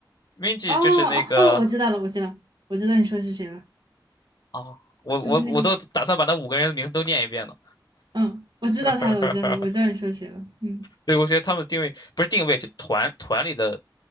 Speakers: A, on the left; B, on the right.
A: Mingy
B: 哦哦哦，
A: 就是那个
B: 我知道了，我知道，我知道你说是谁了，
A: 哦，我我我都打算把那五个人的名字都念一遍呢。
B: 就是那个，嗯，我知道她了，
A: <laughs>
B: 我知道她了我知道你说谁了，嗯
A: 对，我觉得他们的定位不是定位，就团团里的，